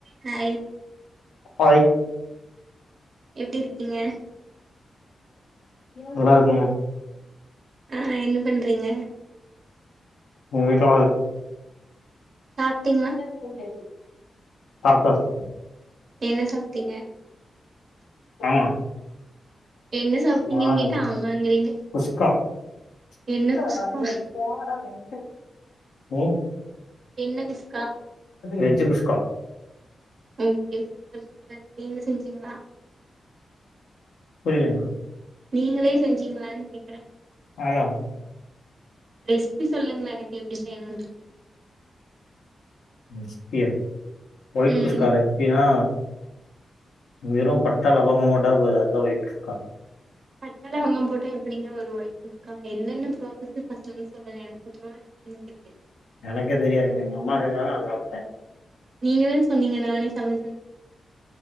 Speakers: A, on the right (about 60°); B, on the left (about 80°).
A: ஹாய்
B: ஹாய்
A: எப்டி இருக்கீங்க
B: நல்லா இருக்கங்க
A: ஆஹ் என்ன பண்றீங்க
B: உங்க வீட்ல ஆள்
A: சாப்ட்டீங்களா
B: <unintelligible> பரப்பஸ்
A: என்ன சாப்ட்டீங்க
B: ஆமா
A: என்ன சாப்ட்டீங்கன்னு
B: நான்
A: கேட்டா ஆமாங்கிறீங்க
B: குஸ்கா குஸ்காவா
A: என்ன குஸ்கா
B: ஏய் போங்கடா மெண் உம்
A: என்ன குஸ்
B: வெஜ்ஜு குஷ்கா
A: ஓகே சூப்பர் சூப்பர் நீங்க செஞ்சீங்ளா
B: புரியலீங்மா
A: நீங்களே செஞ்சீங்களான்னு கேக்குறேன்
B: ஆமாங்
A: ரெசிபி சொல்லுங்ளே எனக்கு எப்டி செய்ணுன்றது
B: <unintelligible> ஒயிட்
A: ம்
B: குஸ்கா ரெசிபியா வெறு பட்ட லவங்கொ போட்டா போது அது தா ஒயிட் குஸ்கா
A: பட்டை லவங்கம் போட்டா எப்படிங்க ஒரு ஒயிட் குஸ்கா எனனென்ன ப்ராசஸுன்னு சொல்லுங்க எனக்கு சுத்தமா தெரியாது
B: எனக்கே தெரியாது எங்க அம்மா செஞ்
A: நீங்கதான சொன்னீங்க நானே சமைச்சன்